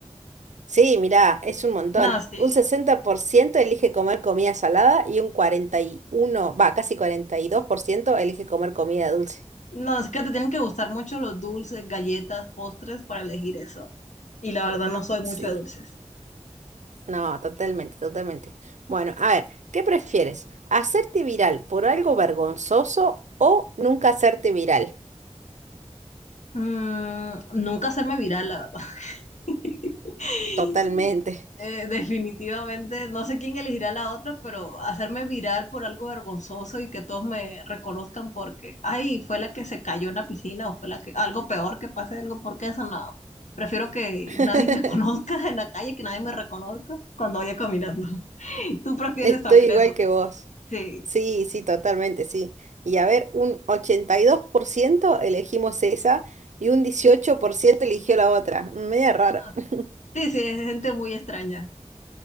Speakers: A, on the right; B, on the left.
A: Sí, mirá, es un montón.
B: no, sí.
A: Un 60% elige comer comida salada y un 41 va, casi 42% elige comer comida dulce.
B: No, es que te tienen que gustar mucho los dulces, galletas, postres para elegir eso. Y la verdad no soy mucho
A: Sí,
B: de dulces.
A: no, totalmente, totalmente. Bueno, a ver, ¿qué prefieres? ¿Hacerte viral por algo vergonzoso o nunca hacerte viral?
B: Mm, nunca hacerme viral, la verdad. <laughs>
A: Totalmente.
B: Eh, definitivamente, no sé quién elegirá la otra, pero hacerme viral por algo vergonzoso y que todos me reconozcan porque, ay, fue la que se cayó en la piscina o fue la que, algo peor que pase, algo porque eso no. Prefiero que
A: <laughs>
B: nadie me <laughs> conozca en la calle, que nadie me reconozca cuando vaya caminando. <laughs> ¿Tú prefieres
A: Estoy
B: también
A: igual
B: eso?
A: que vos.
B: Sí.
A: Sí, sí, totalmente, sí. Y a ver, un 82% elegimos esa y un 18% eligió la otra. Media raro.
B: Ah,
A: <laughs>
B: Sí, sí, es gente muy extraña.